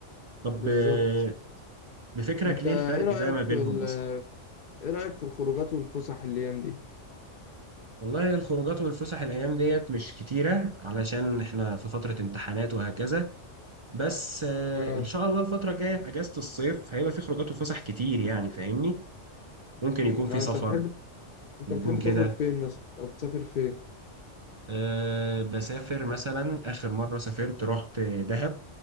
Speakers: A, on the right (about 40°); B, on the left (about 55°).
A: طب
B: بالظبط
A: آه، بفكرك
B: انت
A: ليه
B: ايه
A: الفرق
B: رايك
A: ده ما بينهم
B: في ال...
A: أصلا؟
B: ايه رايك في الخروجات والفسح الايام دي
A: والله الخروجات والفسح الأيام ديت مش كتيرة علشان إحنا في فترة امتحانات وهكذا بس آه،
B: اه
A: إن شاء الله الفترة الجاية أجازة الصيف هيبقى في خروجات وفسح كتير يعني فاهمني؟ ممكن يكون في
B: اه
A: سفر
B: انت بتحب انت
A: نكون
B: بتحب
A: كده
B: تخرج فين مثلا او بتسافر فين
A: أه بسافر مثلا آخر مرة سافرت رحت دهب